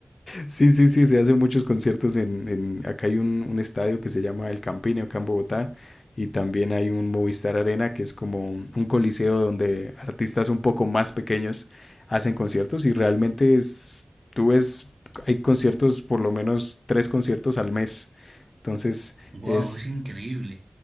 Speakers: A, on the left; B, on the right.
A: Sí, sí, sí, se hacen muchos conciertos en, en- acá hay un, un estadio que se llama El Campín, acá en Bogotá, y también hay un Movistar Arena, que es como un coliseo donde artistas un poco más pequeños hacen conciertos y realmente es, tú ves, hay conciertos, por lo menos tres conciertos al mes. Entonces
B: Wow,
A: es,
B: es increíble.